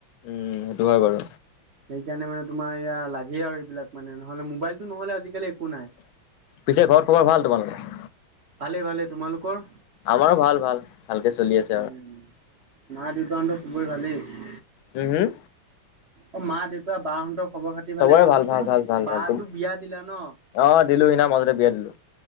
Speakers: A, on the left; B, on the right.
A: উম, সেইটো হয় বাৰু।
B: সেইকাৰণে মানে তোমাৰ ইয়া লাগে আৰু এইবিলাক মানে নহলে মোবাইলতটো নহলে আজিকালি একো নাই।
A: পিছে ঘৰ খবৰত ভাল তোমালোকে?
B: ভালেই ভালেই। তোমালোকৰ?
A: আমাৰ ভাল ভাল। ভালকে চলি আছ-
B: উম মা-দেউতাহতৰ চবৰে ভালেই?
A: উম হুম।
B: অ মা, দেউতা, বাহঁতক খবৰ খাতি
A: চবৰে
B: ভালে তোমালোকৰটো
A: ভাল ভাল ভাল ভাল
B: বাটো
A: ভাল তুম
B: বিয়া দিলা ন?
A: অ', দিলো সিদিনা মাজতে বিয়া দিলো।